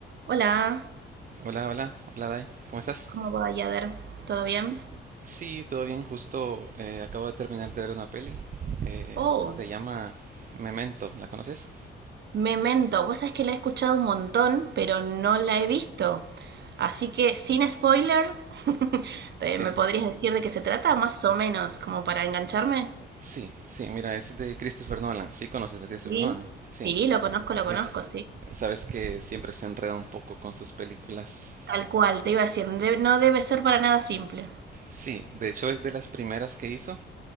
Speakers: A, on the right; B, on the right.
A: Hola,
B: Hola, hola, hola Dai, ¿cómo estás?
A: ¿cómo va Yader? ¿Todo bien?
B: Sí, todo bien, justo eh, acabo de terminar de ver una peli, eh,
A: Oh,
B: se llama Memento, ¿la conoces?
A: Memento. Vos sabés que la he escuchado un montón, pero no la he visto. Así que, sin spoiler, <laughs> ¿te-
B: Sí,
A: ¿me podrías decir de qué se trata? Más o menos, como para engancharme.
B: sí, sí, mira, es de Christopher Nolan, sí conoces a Christopher
A: Sí,
B: Nolan, sí,
A: sí, lo conozco, lo
B: es,
A: conozco, sí.
B: sabes que siempre se enreda un poco con sus películas,
A: Tal cual, te iba a decir, de- no debe ser para nada simple.
B: sí, de hecho es de las primeras que hizo,